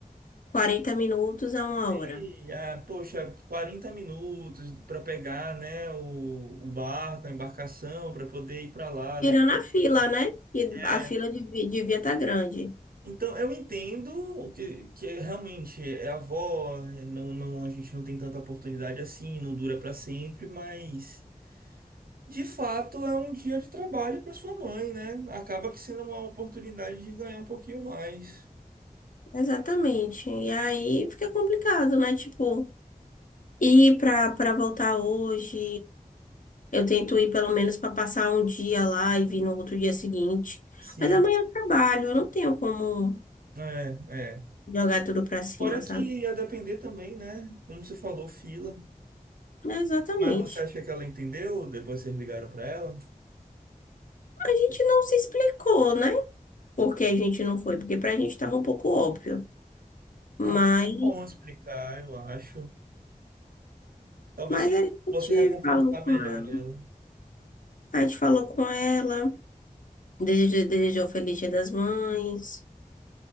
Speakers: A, on the left; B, on the right.
A: quarenta minutos a uma
B: E,
A: hora.
B: ah, poxa, 40 minutos para pegar, né, o, o barco, a embarcação, para poder ir para lá,
A: Tirando
B: depois ir
A: a fila,
B: pra lá.
A: né? E
B: É,
A: a fila devi- devia estar grande.
B: então, eu entendo o que, que é realmente é avó, né, não, não, a gente não tem tanta oportunidade assim, não dura para sempre, mas de fato é um dia de trabalho para sua mãe, né? Acaba que sendo uma oportunidade de ganhar um pouquinho mais.
A: Exatamente. E aí fica complicado, né? Tipo. E para para voltar hoje, eu tento ir pelo menos para passar um dia lá e vir no outro dia seguinte.
B: Sim,
A: Mas amanhã eu trabalho, eu não tenho como
B: é, é.
A: jogar tudo para cima,
B: Fora
A: sabe?
B: que ia depender também, né? Como você falou, fila.
A: É, exatamente.
B: Mas você acha que ela entendeu? Depois vocês ligaram pra ela?
A: A gente não se explicou, né? Porque a gente não foi, porque pra gente tava um pouco óbvio. Mas,
B: Ah, mas é bom explicar, eu acho. Talvez
A: mas a gente
B: você reconfortar
A: falou com
B: melhor
A: ela.
B: ela.
A: A gente falou com ela, desejou, desejou Feliz Dia das Mães.